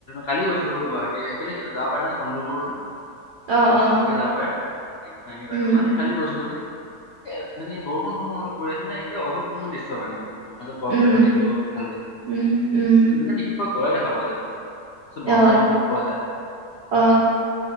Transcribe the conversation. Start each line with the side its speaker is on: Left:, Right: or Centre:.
Left: কালি গৈছিলো গুৱাহাটী সেইফালে যাব পাৰে ন চন্দ্ৰপুৰতে
Right: অ
Left: মানে
Right: অ
Left: চাং খাই যাব পাৰে। ভে চে ভাগ
Right: উম
Left: মানে খালি গৈছিলো মানে এ মানে বৰষুণ বৰষুণ অলপ পৰি আছে মানে একে অভূতপূৰ্বণ দৃশ্য মানে মাজত গড়
Right: উম
Left: কেইটামান দেখিলোও ভাল লাগে।
Right: উম উম
Left: মানে বিহু? গড় দেখা পোৱা যাব। তাৰপিছত
Right: অ
Left: বনৰীয়া মহ পোৱা যায়।
Right: অ